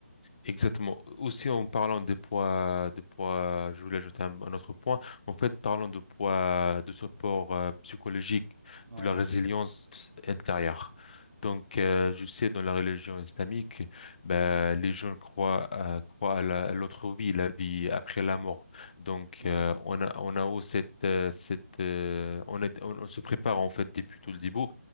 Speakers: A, on the left; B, on the right.
A: Exactement. Aussi, en parlant des poids, de poids, je voulais ajouter un, un autre point. En fait, parlant de poids, de support euh, psychologique,
B: Ouais,
A: de la résilience intérieure. Donc, euh, je sais, dans la religion islamique, ben, les gens croient, euh, croient à la- à l'autre vie, la vie après la mort. Donc,
B: ouais,
A: euh,
B: effectivement.
A: on a, on a aussi cette, euh, cette, euh, on est, on, on se prépare, en fait, depuis tout le début